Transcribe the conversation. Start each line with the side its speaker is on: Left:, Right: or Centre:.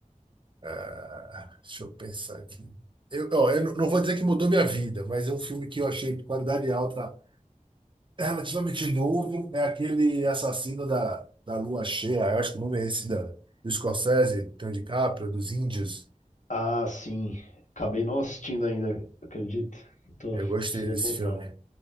Right: ah, deixa eu pensar aqui. Eu, ó, eu não não vou dizer que mudou minha vida, mas é um filme que eu achei de qualidade alta, é relativamente novo. É aquele Assassino da, da Lua Cheia, eu acho que o nome é esse, da, do Scorsese, do DiCaprio, dos Índios.
Left: ah, sim, acabei não assistindo ainda, acredita? Tô,
Right: Eu gostei
Left: preciso
Right: desse
Left: botar.
Right: filme.